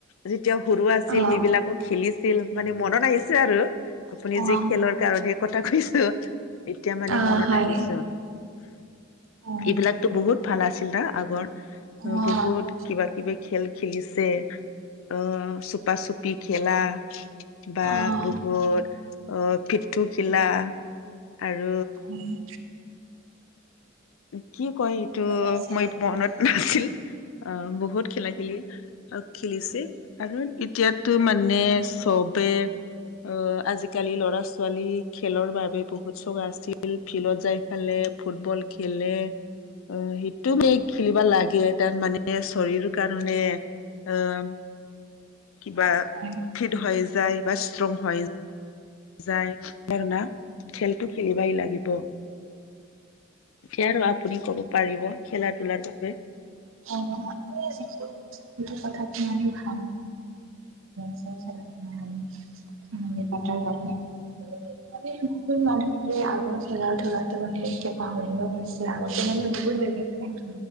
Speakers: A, on the left (about 80°); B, on the right (about 75°).
A: যেতিয়া সৰু আছিল
B: অ',
A: সেইবিলাকো খেলিছিল মানে মনত আহিছে আৰু আপুনি
B: অ',
A: যি খেলৰ কাৰণহে কথা কৈছো এতিয়া মানে
B: অ',
A: মনত
B: হয়,
A: আহিছোন।
B: অ', অ', হয়,
A: এইবিলাকতো বহুত ভাল আছিল না আগৰ
B: হয়,
A: বহুত কিবা কিবি খেল খেলিছে অ', চুপা চুপি খেলা বা
B: অ',
A: বহুত আহ পিঠুকিলা আৰু
B: হয়।
A: কি কয় এইটো
B: বহুত আছে
A: মই
B: এনেকে,
A: মনত নাছিল অ', বহুত খেলা খেলি খেলিছে আৰু এতিয়াতো মানে চবে অ', আজিকালি ল'ৰা ছোৱালী খেলৰ বাবে বহুত চক আছিল ফিল্ডত যাই ফালে ফুটবল খেলে অ', সেইটো ম খেলিবা লাগে তাৰ মানে শৰীৰ কাৰণে আহ কিবা
B: হয়, হয়।
A: ফিট হৈ যায় বা ষ্ট্ৰং হৈ যায়। যায় কাৰণা খেলতো খেলিবাই লাগিব।
B: কথাটো
A: এতিয়া আৰু আপুনি কব পাৰিব খেলা ধূলাৰ বাবে
B: <unintelligible> কথা খ খাম চ <unintelligible> পাতা প <unintelligible> মানে শ মানুহেৰে আগৰ খেলা ধূলাতো মানে এতিয়া পাহৰিব গৈছে আগতে মানে ল <unintelligible>